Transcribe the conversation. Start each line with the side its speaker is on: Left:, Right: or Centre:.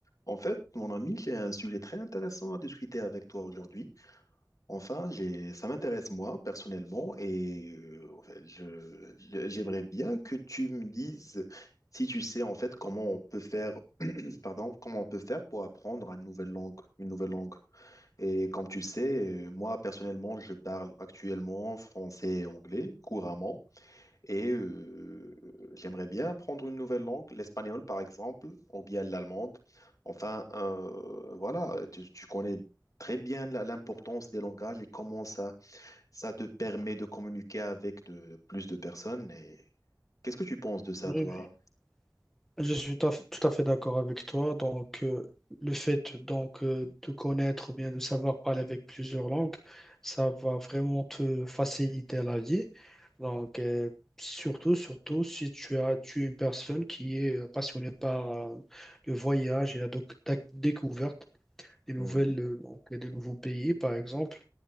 Left: En fait, mon ami, j'ai un sujet très intéressant à discuter avec toi aujourd'hui. Enfin, j'ai, ça m'intéresse moi personnellement et euh, en fait, je- je- j'aimerais bien que tu me dises si tu sais en fait comment on peut faire, <clears throat> pardon, comment on peut faire pour apprendre une nouvelle langue, une nouvelle langue. Et comme tu sais, euh, moi personnellement, je parle actuellement français et anglais couramment. Et euh, j'aimerais bien apprendre une nouvelle langue, l'espagnol par exemple, ou bien l'allemande. Enfin, euh, voilà, tu, tu connais très bien la- l'importance des langages et comment ça, ça te permet de communiquer avec de, plus de personnes. Et qu'est-ce que tu penses de ça,
Centre: Oui,
Left: toi?
Centre: oui. Je suis tout à fait tout à fait d'accord avec toi. Donc, euh, le fait donc euh, de connaître ou bien de savoir parler avec plusieurs langues, ça va vraiment te faciliter la vie. Donc, euh, surtout, surtout si tu as, tu es une personne qui est euh, passionnée par euh, le voyage et la, doc- la découverte des nouvelles,
Left: Mhm,
Centre: euh, donc, des nouveaux pays, par exemple.